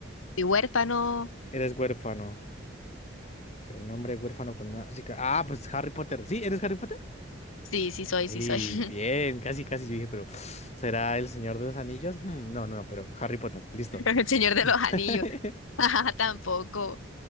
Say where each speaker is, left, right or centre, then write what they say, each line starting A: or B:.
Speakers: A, on the left (about 80°); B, on the left (about 30°).
A: Soy huérfano.
B: eres huérfano. O sea, un hombre huérfano con una cicatriz. Ah, pues Harry Potter. ¿Sí? ¿Eres Harry Potter?
A: Sí, sí soy,
B: Y
A: sí soy. <laughs>
B: bien, casi, casi yo dije, pero <sniffs> ¿será el Señor de los Anillos? Hmm, no, no, no, pero Harry Potter, listo.
A: El Señor de
B: <laughs>
A: los Anillos. <laughs> Ajá, tampoco.